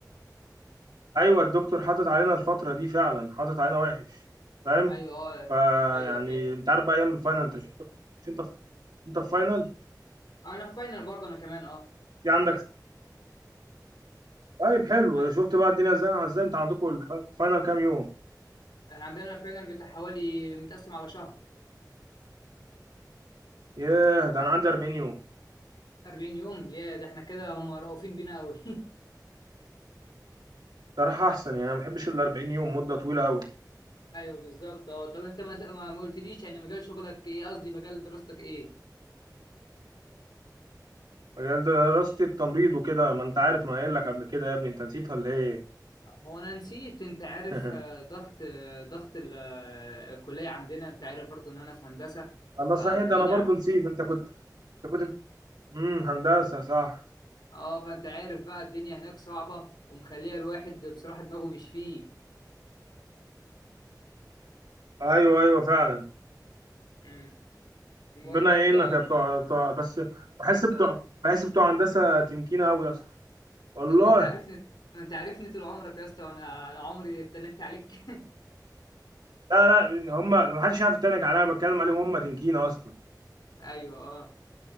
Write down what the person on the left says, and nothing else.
ايوه اه
ايوه فاهم
آه، انا في فاينل برضه انا كمان اه
عن-
احنا عندنا الفاينل بتاع حوالي متقسم على شهر
40 يوم يا ده احنا كده هم رؤوفين بينا قوي <laughs>
ايوه بالظبط اه طب انت ما ما ما قلتليش يعني مجال شغلك ايه قصدي مجال دراستك ايه
هو انا نسيت انت عارف
آه، ضغط آه، ضغط ال- آه، الكليه عندنا انت عارف برضه ان انا في هندسه
ف-
فالدنيا
اه فانت عارف بقى الدنيا هناك صعبه ومخليه الواحد بصراحه دماغه مش فيه
امم المهم
انت
طب ما انت عارفني ما انت عارفني طول عمرك يا اسطى وانا انا عمري اتنكت عليك <laughs>
ايوه اه